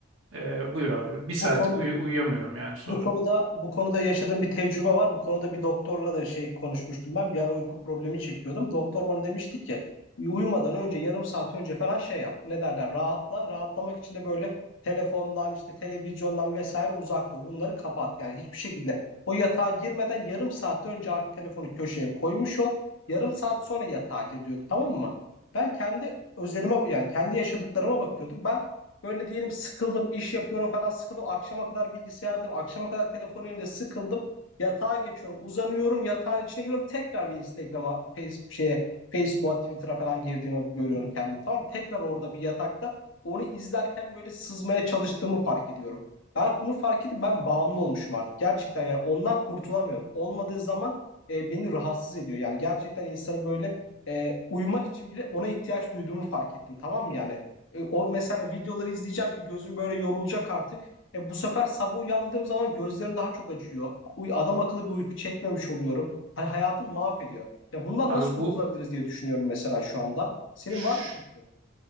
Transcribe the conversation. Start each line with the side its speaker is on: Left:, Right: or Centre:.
Right: e, buyur abi bir saat
Left: Bu konu
Right: uyu- uyuyamıyorum yani sonra.
Left: Bu konuda bu konuda yaşadığım bir tecrübe var. Bu konuda bir doktorla da şey konuşmuştum ben. Bir ara uyku problemi çekiyordum. Doktor bana demişti ki uyumadan önce yarım saat önce falan şey yap. Ne derler? Rahatla. Rahatlamak için de böyle telefondan işte televizyondan vesaire uzak dur. Bunları kapat. Yani hiçbir şekilde o yatağa girmeden yarım saat önce artık telefonu köşeye koymuş ol. Yarım saat sonra yatağa gir diyordu. Tamam mı? Ben kendi özelime yani kendi yaşadıklarıma bakıyordum. Ben Böyle diyelim sıkıldım, iş yapıyorum falan sıkıldım. Akşama kadar bilgisayardayım, akşama kadar telefon elimde sıkıldım. Yatağa geçiyorum, uzanıyorum, yatağın içine giriyorum. Tekrar bir Instagram'a, Facebook şeye, Facebook'a, Twitter'a falan girdiğimi görüyorum kendimi. Tamam mı? Tekrar orada bir yatakta onu izlerken böyle sızmaya çalıştığımı fark ediyorum. Ben bunu fark ettim. Ben bağımlı olmuşum artık. Gerçekten yani ondan kurtulamıyorum. Olmadığı zaman e, beni rahatsız ediyor. Yani gerçekten insanı böyle e, uyumak için bile ona ihtiyaç duyduğumu fark ettim. Tamam mı yani? E, o mesela videoları izleyeceğim ki gözüm böyle yorulacak artık. E, bu sefer sabah uyandığım zaman gözlerim daha çok acıyor. Uy- Adam akıllı bir uyku çekmemiş oluyorum. Hani hayatım mahvediyor. Ya bundan
Right: Abi
Left: nasıl kurtulabiliriz
Right: bu
Left: diye düşünüyorum mesela şu anda. Senin
Right: şş,
Left: var mı fikrin?